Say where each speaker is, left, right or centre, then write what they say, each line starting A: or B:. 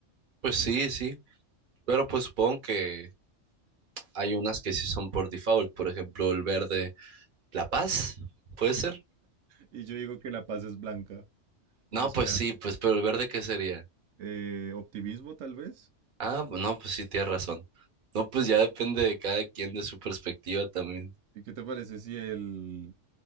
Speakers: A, on the right; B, on the right.
A: Pues sí, sí, pero pues supongo que hay unas que sí son por default, por ejemplo, el verde, la paz, ¿puede ser?
B: Y yo digo que la paz es blanca,
A: No,
B: o sea,
A: pues sí, pues pero el verde ¿qué sería?
B: eh, optimismo tal vez.
A: Ah, bu- no, pues sí, tienes razón. No, pues ya depende de cada quien de su perspectiva también.
B: ¿Y qué te parece si el